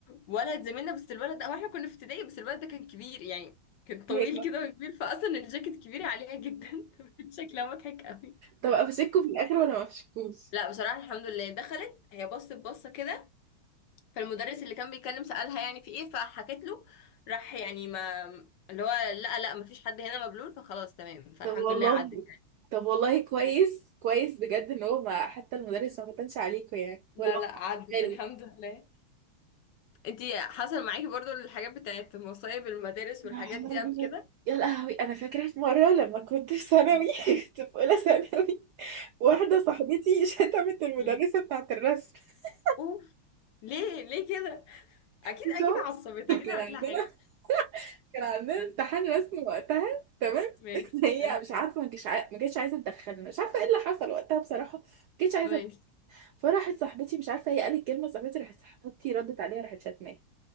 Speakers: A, on the left (about 70°); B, on the right (about 75°).
A: ولد زميلنا بس الولد او احنا كنا في ابتدائي بس الولد ده كان كبير يعني كان طويل
B: <laughs> ايوه
A: كده وكبير فاصلا الجاكيت كبير عليها جدا <laughs> شكلها مضحك قوي
B: طب افشكوا في الاخر ولا ما افشكوش
A: لا بصراحه الحمد لله دخلت هي بصت بصه كده فالمدرس اللي كان بيتكلم سالها يعني في ايه فحكت له راح يعني ما اللي هو لا لا ما فيش حد هنا مبلول فخلاص تمام فالحمد
B: طب والله
A: لله عدت
B: طب والله كويس كويس بجد ان هو ما حتى المدرس ما كتنش عليكوا يعني
A: لا
B: ولا
A: لا
B: هو ما
A: عدت
B: خدش باله
A: الحمد لله انتي حصل معاكي برضو الحاجات بتاعت مصايب المدارس والحاجات
B: يا حلوة
A: دي قبل
B: بجد.
A: كده
B: يا لهوي انا فاكره في مره لما كنت في ثانوي
A: اه.
B: <laughs> كنت في اولى ثانوي واحده صاحبتي شتمت المدرسه
A: مم.
B: بتاعه الرسم <laughs>
A: اوف ليه ليه كده اكيد
B: مش
A: اكيد
B: عارفة.
A: عصبت اكيد
B: كان
A: عملت
B: عندنا
A: لها حاجه
B: كان عندنا امتحان رسم وقتها تمام
A: ماشي
B: <laughs> هي
A: اه.
B: مش عارفه ما كانتش عاي- ما كانتش عايزه تدخلنا مش عارفه ايه اللي حصل وقتها بصراحه ما كانتش عايزه
A: ماشي
B: فراحت صاحبتي مش عارفه هي قالت كلمه صاحبتي راحت صاحبتي ردت عليها راحت شتماها